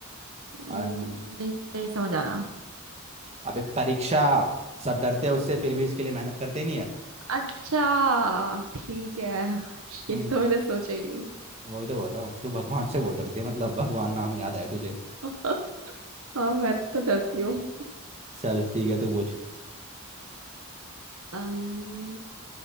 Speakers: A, on the right (about 75°); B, on the right (about 30°).
A: हम्म,
B: अन,
A: नहीं नहीं समझ आ रहा
B: अबे परीक्षा सब डरते हैं उससे फिर भी इसके लिए मेहनत करते नहीं है
A: अच्छा ठीक है
B: हम्म
A: ये तो मैंने सोचा ही नहीं
B: वही तो बोल रहा हूँ तू भगवान से बहुत डरती है मतलब भगवान नाम याद आया तुझे
A: <laughs> हाँ मैं तो डरती हूँ
B: चल ठीक है तू पूछ
A: अम्म,